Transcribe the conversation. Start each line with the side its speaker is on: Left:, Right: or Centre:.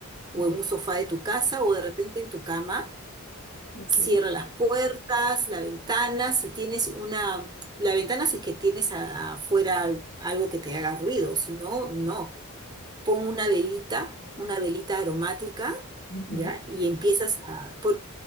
Right: o
Left: Ya,
Right: en un sofá de tu casa o de repente en tu cama.
Left: ok.
Right: Cierra las puertas, la ventana, si tienes una, la ventana si es que tienes a- afuera algo que te haga ruido, si no, no. pon una velita, una velita aromática,
Left: Ujú.
Right: ¿ya? Y empiezas a pones